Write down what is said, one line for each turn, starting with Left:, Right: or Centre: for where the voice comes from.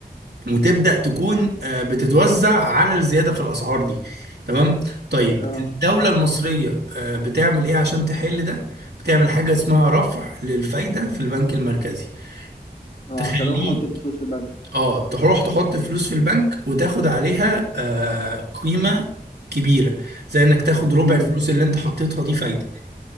Right: وتبدأ تكون آه، بتتوزع على الزيادة في الأسعار دي تمام طيب
Left: اه
Right: الدولة المصرية آه، بتعمل إيه عشان تحل ده بتعمل حاجة اسمها رفع للفايدة في البنك المركزي
Left: اه
Right: تخليك
Left: عشان اروح احط الفلوس في البنك
Right: اه تروح تحط فلوس في البنك وتاخد عليها آه، قيمة كبيرة زي انك تاخد ربع
Left: امم
Right: الفلوس اللي انت حطيتها دي فايدة